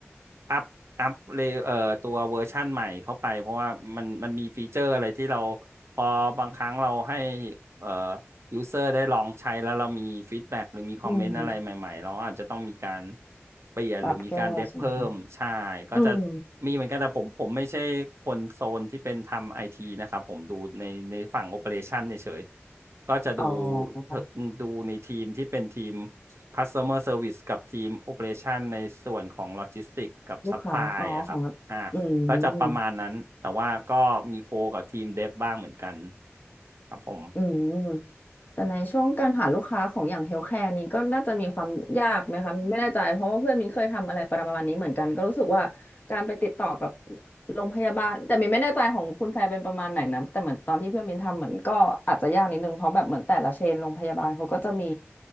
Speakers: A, on the right; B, on the left.
A: อัพอัพเลเอ่อตัวเวอร์ชั่นใหม่เข้าไปเพราะว่ามันมันมีฟีเจอร์อะไรที่เราพอบางครั้งเราให้เอ่อยูเซอร์ได้ลองใช้แล้วเรามีฟีดแบ็กหรือมีคอมเมนต์อะไรใหม่ๆเราอาจจะต้องมีการ
B: อืม
A: เปลี่ยนหรือมีการเดบเพิ่มใช่ก็จะ
B: ปรับแก้ใช่ไหมคะอืม
A: มีเหมือนกันแต่ผมผมไม่ใช่คนโซนที่เป็นทำไอทีนะครับผมดูในในฝั่งโอเปอเรชันเฉยๆก็จะดู
B: อ๋อ
A: เอ่อดูในทีมที่เป็นทีม customer service กับทีม operation ในส่วนของ logistics กับ
B: ลูกค้าอ๋อของ
A: supply อะครับ อ่า
B: อืม
A: ก็จะประมาณนั้น แต่ว่าก็มีโคกับทีม dev บ้างเหมือนกันครับผม
B: อืม แต่ในช่วงการหาลูกค้าของอย่างเฮลท์แคร์นี้ก็น่าจะมีความยากไหมคะไม่แน่ใจเพราะว่าเพื่อนมินเคยทำอะไรประมาณนี้เหมือนกันก็รู้สึกว่าการไปติดต่อกับโรงพยาบาลแต่มินไม่แน่ใจของคุณแฟร์เป็นประมาณไหนนะแต่เหมือนตอนที่เพื่อนมินทำเหมือนก็อาจจะยากนิดนึงเพราะแบบเหมือนแต่ละเชนโรงพยาบาลเขาก็จะมี